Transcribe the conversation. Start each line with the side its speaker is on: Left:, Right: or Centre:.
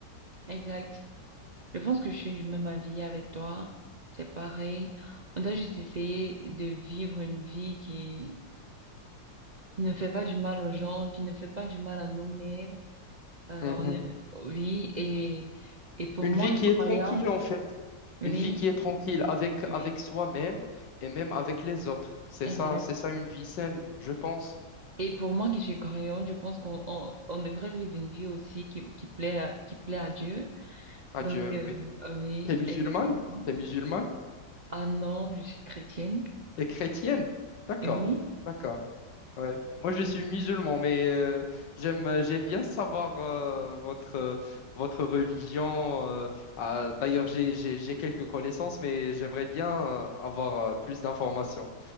Right: exact. Je pense que je suis du même avis avec toi. C'est pareil. On doit juste essayer de vivre une vie qui, qui ne fait pas du mal aux gens, qui ne fait pas du mal à nous-mêmes. Euh,
Left: Mhm.
Right: on est- oui, et, et pour
Left: Une
Right: moi,
Left: vie
Right: une
Left: qui est
Right: croyante,
Left: tranquille, en fait.
Right: oui,
Left: Une vie qui est tranquille avec,
Right: oui,
Left: avec soi-même et même avec les autres. C'est
Right: exact.
Left: ça, c'est ça une vie saine, je pense.
Right: Et pour moi qui suis croyante, je pense qu'on on, on devrait vivre une vie aussi qui, qui plaît à, qui plaît à Dieu.
Left: adieu
Right: Donc, euh,
Left: oui.
Right: oui,
Left: T'es musulmane?
Right: exactement.
Left: T'es musulmane?
Right: Ah non, je suis chrétienne.
Left: T'es chrétienne? D'accord,
Right: Oui.
Left: d'accord. Ouais. Moi, je suis musulman, mais euh, j'aime, j'aime bien savoir euh, votre, euh, votre religion. euh, ah, d'ailleurs, j'ai, j'ai, j'ai quelques connaissances, mais j'aimerais bien euh, avoir euh, plus d'informations.